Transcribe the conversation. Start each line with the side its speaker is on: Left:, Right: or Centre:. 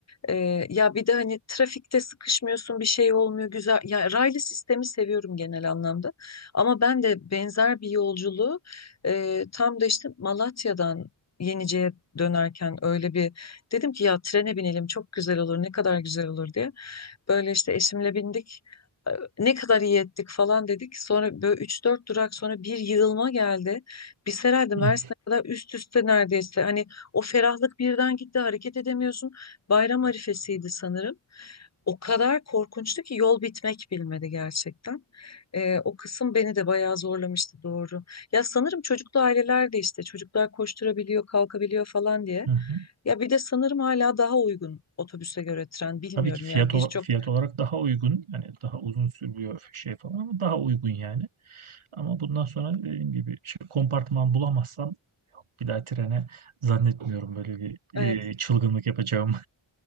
Left: Ee, ya bir de hani trafikte sıkışmıyorsun bir şey olmuyor güzel. Ya raylı sistemi seviyorum genel anlamda. Ama ben de benzer bir yolculuğu e, tam da işte Malatya'dan Yenice'ye dönerken öyle bir dedim ki ya trene binelim çok güzel olur ne kadar güzel olur diye. Böyle işte eşimle bindik. Ee, Ne kadar iyi ettik falan dedik. Sonra böyle üç dört durak sonra bir yığılma geldi. Biz herhalde
Right: Hı
Left: Mersin'e kadar üst üste neredeyse. Hani o ferahlık birden gitti. Hareket edemiyorsun. Bayram arifesiydi sanırım. O kadar korkunçtu ki yol bitmek bilmedi gerçekten. Ee, o kısım beni de bayağı zorlamıştı doğru. Ya sanırım çocuklu aileler de işte çocuklar koşturabiliyor, kalkabiliyor falan diye.
Right: hı. hı.
Left: Ya bir de sanırım hala daha uygun otobüse göre tren bilmiyorum
Right: Tabii ki fiyat,
Left: yani birçok
Right: ola- fiyat olarak daha uygun. Yani daha uzun sürüyor şey falan ama daha uygun yani. Ama bundan sonra dediğim gibi şey, kompartman bulamazsam bir daha trene zannetmiyorum böyle bir
Left: evet
Right: e, çılgınlık yapacağımı.